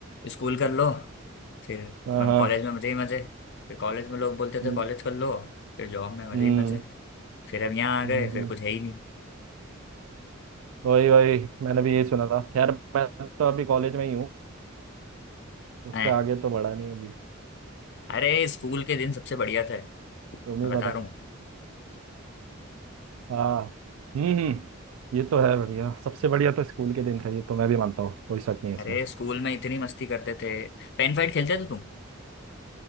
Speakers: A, on the left (about 55°); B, on the right (about 80°).
A: स्कूल कर लो फिर
B: हाँ
A: मैम
B: हाँ
A: कॉलेज में मजे ही मजे फिर कॉलेज में लोग बोलते
B: हम्म
A: थे कॉलेज कर लो फिर जॉब में मजे
B: हम्म,
A: ही मजे फिर अब यहाँ आ
B: हम्म,
A: गए
B: हम्म।
A: फिर कुछ है ही नहीं
B: वही वही मैंने भी यही सुना था खैर मैं तो अभी कॉलेज में ही हूँ उससे
A: हैं
B: आगे तो बढ़ा नहीं अभी
A: अरे स्कूल के दिन सबसे बढ़िया थे मैं
B: तुम ही
A: बता
B: बताओ
A: रहा हूँ
B: हाँ हम्म हम्म ये तो है बढ़िया सबसे बढ़िया तो स्कूल के दिन थे ये तो मैं भी मानता हूँ कोई शक नहीं है इसमें
A: अरे स्कूल में इतनी मस्ती करते थे पेन फाइट खेलते थे तुम